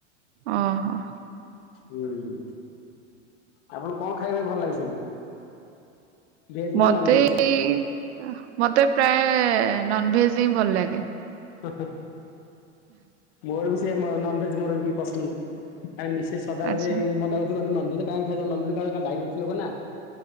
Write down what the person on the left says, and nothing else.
ହୁଁ ଆପଣଙ୍କୁ କଣ ଖାଇବା ପାଇଁ ଭଲ ଲାଗେ ସବୁ? ଭେଜ୍ ନା
ନନ୍ ଭେଜ୍
ହ ହ ମୋର ବି ସେ ମ ନନଭେଜ ମୋର ବି ପସନ୍ଦ ଆଇ ମିସେସ ସଦାବେଳେ
ପାଇଁ ମନେ ରଖିବ ନନଭେଜ୍ କାଇଁ ଖାଇବ ନନଭେଜ ଖାଇବ କାଇଁ ଡାଇବେଟିସ ଲୋକ ନା।